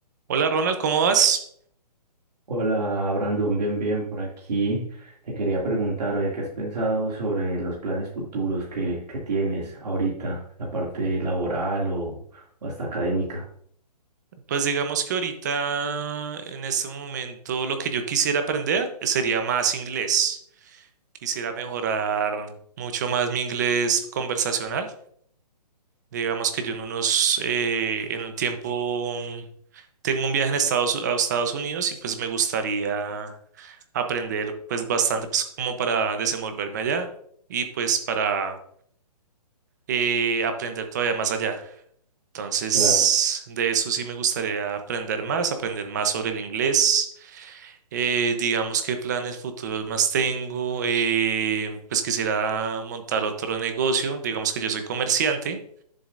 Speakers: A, on the right; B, on the right.
A: Hola Ronald, ¿cómo vas?
B: Hola Brandon, bien, bien, por aquí. Te quería preguntar, oye, ¿qué has pensado sobre los planes futuros que, que tienes ahorita, la parte laboral o, o hasta académica?
A: Pues digamos que ahorita, en este momento, lo que yo quisiera aprender sería más inglés. Quisiera mejorar mucho más mi inglés conversacional. Digamos que yo en unos, eh, en un tiempo, tengo un viaje en Estados, a Estados Unidos y pues me gustaría aprender pues bastante pues como para desenvolverme allá y pues para eh, aprender todavía más allá. Entonces,
B: Claro.
A: de eso sí me gustaría aprender más, aprender más sobre el inglés. Eh, digamos qué planes futuros más tengo. Eh, pues quisiera montar otro negocio. Digamos que yo soy comerciante.